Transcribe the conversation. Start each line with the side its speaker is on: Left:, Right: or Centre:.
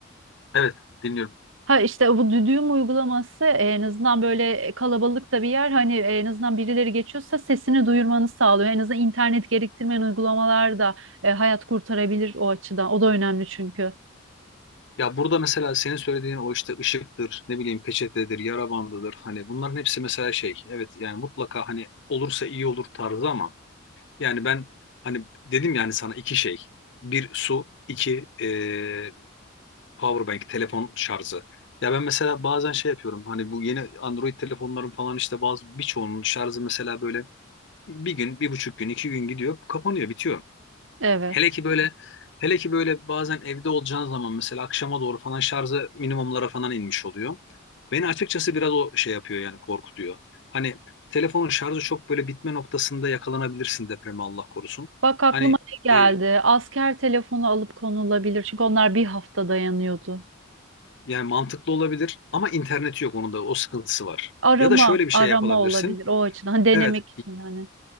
Left: evet dinliyorum.
Right: Ha işte bu düdüğüm uygulaması e, en azından böyle kalabalıkta bir yer hani e, en azından birileri geçiyorsa sesini duyurmanı sağlıyor. En azından internet gerektirmeyen uygulamalar da e, hayat kurtarabilir o açıdan. O da önemli çünkü.
Left: Ya burada mesela senin söylediğin o işte ışıktır, ne bileyim peçetedir, yara bandıdır. Hani bunların hepsi mesela şey, evet yani mutlaka hani olursa iyi olur tarzı ama Yani ben hani dedim yani sana iki şey. Bir su, iki e, powerbank, telefon şarjı. Ya ben mesela bazen şey yapıyorum. Hani bu yeni Android telefonların falan işte bazı birçoğunun şarjı mesela böyle bir gün, bir buçuk gün, iki gün gidiyor, kapanıyor, bitiyor.
Right: Evet.
Left: Hele ki böyle hele ki böyle bazen evde olacağın zaman mesela akşama doğru falan şarjı minimumlara falan inmiş oluyor. Beni açıkçası biraz o şey yapıyor yani korkutuyor. Hani telefonun şarjı çok böyle bitme noktasında yakalanabilirsin depreme Allah korusun.
Right: Bak aklıma
Left: Hani
Right: ne geldi?
Left: e,
Right: Asker telefonu alıp konulabilir. Çünkü onlar bir hafta dayanıyordu.
Left: yani mantıklı olabilir ama interneti yok onun da o sıkıntısı var.
Right: Arama,
Left: Ya da şöyle bir
Right: arama
Left: şey yapabilirsin.
Right: olabilir o açıdan. Hani denemek
Left: Evet
Right: için hani.